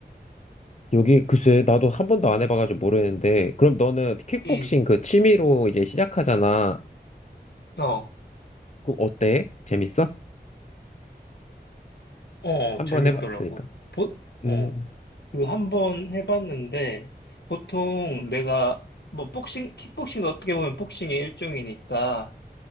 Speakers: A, on the left (about 40°); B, on the left (about 85°).
A: 여기 글쎄 나도 한 번도 안 해봐가지고 모르는데 그럼 너는 킥복싱
B: 응
A: 그 취미로 이제 시작하잖아.
B: 어,
A: 그 어때? 재밌어?
B: 어,
A: 한
B: 재밌더라고.
A: 번 해봤으니까.
B: 보,
A: 음.
B: 어, 그 한 번 해봤는데, 보통 내가, 뭐, 복싱, 킥복싱 어떻게 보면 복싱의 일종이니까,